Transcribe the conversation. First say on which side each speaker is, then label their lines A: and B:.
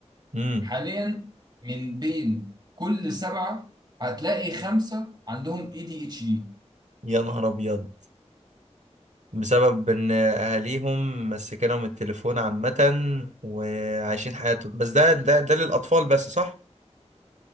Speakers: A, on the right; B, on the right.
A: امم
B: حاليا من بين كل سبعه هتلاقي خمسه عندهم اي دي اتش دي
A: يا نهار أبيض بسبب ان اهاليهم مسكنهم التليفون عامة وعايشين حياتهم بس ده ده ده للأطفال بس صح